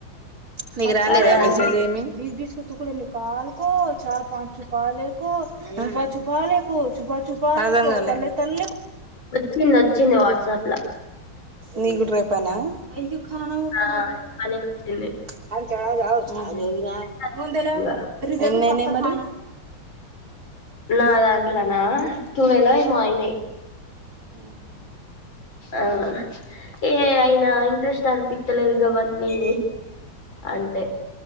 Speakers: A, on the right; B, on the left.
A: నీకు రాలేద
B: అదే
A: మెసేజ్
B: అంటు
A: ఏమి? చ పా చఛపాాలేకు ద చూపాాలే అర్ధం గాలే
B: వచ్చింది వచ్చింది వాట్సాప్ లా
A: నీక్కూడ రేపేనా? ానా వఖాగి
B: ఆ
A: పసి
B: అని వచ్చింది
A: అ చాల అ మ
B: ఖచ్చితంగా.
A: ఫ తెలో ఎన్నేనాయి మరి
B: నా దాంట్లోనా తూవలో ఏమో అయినాయి
A: ఆఓహో
B: ఆ
A: అ
B: ఏ అయినా ఇంట్రెస్ట్ అనిపించలేదు కావన్నీ అంటే